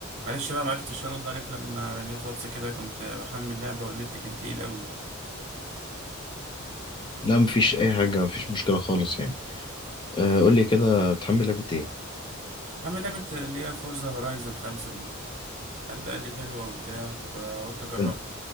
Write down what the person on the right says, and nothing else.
معلش بقى معرفتش ارد عليك لما رنيت واتس كده كنت بحمل لعبة والنت كان تقيل قوي
حمل لعبة اللي هي فورزا هورايزون خمسة دي حد قال لي حلوة وبتاع فقلت اجربها